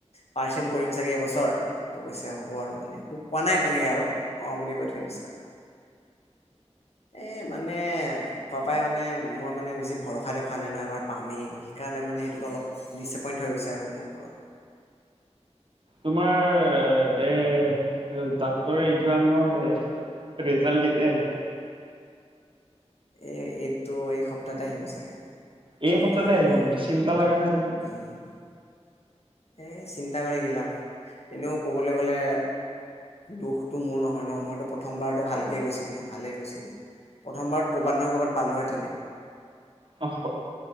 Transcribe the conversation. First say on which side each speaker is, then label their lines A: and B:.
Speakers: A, on the left; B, on the right.
A: পাৰ্চেল কৰিম চাগে এইবছৰ ত কৈছে হ'ব আৰু মানে একো কোৱা নাই তেনেকে আৰু অ বুলি কৈ থৈ দিছে আৰু এ মানে পাপাই মানে মই মানে বেছি ভৰসা দেখুৱা নাই ন এবাৰ পামেই সেইকাৰণে মানে সেইটোত অলপ দিছিপইন্ত হৈ গৈছে আৰু মোৰ ওপৰত
B: তোমাৰ এ ডাক্তৰ এক্জামৰ ৰিজাল্ট কেতিয়া আহিব
A: এ এইটো এই সপ্তাহতে আহিব চাগে
B: এই সপ্তাহতে
A: এইটো
B: আহিব
A: এই
B: নেকি চিন্তা লগা নাই তোমাৰ
A: উম এ চিন্তা কৰি কি লাভ এনেও কবলৈ গলে দুখটো মোৰ নহয় ন মইতো প্ৰথমবাৰতো ভালকে গৈছিল মোৰ ভালে গৈছিল প্ৰথমবাৰত কৰ'বাত নহয় কৰবাত পালোহেতেনে
B: অহ